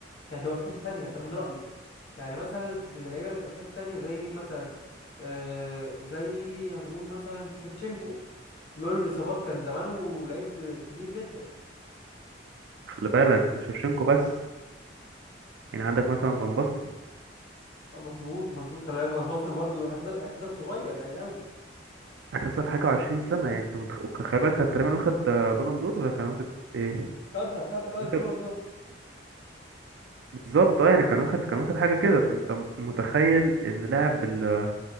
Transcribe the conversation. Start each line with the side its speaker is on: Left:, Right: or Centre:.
Left: كانت هتبقى في حته تانية ده من رايي يعني مثلا من اللعيبه اللي هتبقى في حته تانية زي مين مثلا آه زي هنقول مثلا تشيفتشينكو لولا الاصابات كان زمانه لعيب كبير جدا
Right: خلي بالك مش شيفشينكو بس يعني عندك مثلا فان باستن
Left: مظبوط مظبوط خلي بالك فان باستن برضو اعتزل اعتزل صغير يعني قوي
Right: هتصل حاجة وعشرين سنة يعني أنت متخ... خلي بالك كان تقريبا واخد آه، بالون دور ولا كان واخد إيه؟
Left: خدها خد خد
Right: واخد
Left: البالون دور
Right: بالظبط اه يعني كان واخد كان واخد حاجه كده فانت م- متخيل ان لاعب بال...